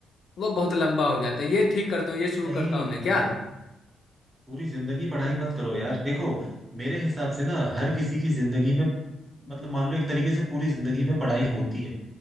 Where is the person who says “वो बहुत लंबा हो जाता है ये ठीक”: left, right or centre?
Left